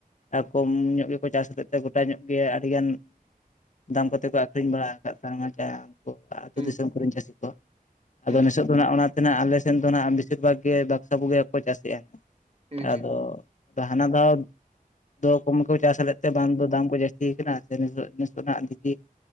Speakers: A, on the left (about 55°); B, on the right (about 40°).
A: ᱟ ᱠᱚᱢ ᱧᱚᱜ ᱜᱮᱠᱚ ᱪᱟᱥᱞᱮᱫ ᱛᱮ ᱜᱚᱴᱟ ᱧᱚᱜ ᱜᱮ ᱟᱹᱰᱤ ᱜᱟᱱ ᱾ ᱫᱟᱢ ᱠᱚᱛᱮ ᱠᱚ ᱟᱠᱷᱨᱤᱧ ᱵᱟᱲᱟ ᱟᱠᱟᱫ <unintelligible> ᱟᱹᱛᱩ
B: ᱦᱩᱸ
A: ᱫᱤᱥᱚᱢ ᱠᱚᱨᱮᱱ ᱪᱟᱹᱥᱤ ᱠᱚ ᱟᱫᱚ
B: ᱦᱩᱸ
A: ᱱᱚᱥᱚᱜ᱾ ᱚᱱᱟᱛᱮ ᱱᱟᱜ ᱟᱞᱮᱥᱮᱱ ᱫᱚ ᱱᱟᱜ ᱵᱮᱥᱤᱨ ᱵᱷᱟᱜᱽ ᱜᱮ ᱵᱟᱠᱥᱟ ᱵᱩᱜᱮ ᱠᱚ ᱪᱟᱥᱮᱜᱼᱟ
B: ᱦᱩᱸ
A: ᱟᱫᱚ
B: ᱦᱩᱸ
A: ᱾ ᱛᱟ ᱦᱟᱱᱟ ᱫᱷᱟᱣ ᱫᱚ ᱠᱚᱢ ᱠᱚ ᱪᱟᱥ ᱞᱮᱫ ᱛᱮ ᱵᱟᱝ ᱫᱚ ᱫᱟᱢ ᱠᱚ ᱡᱟᱥᱛᱤ ᱠᱟᱱᱟ <unintelligible>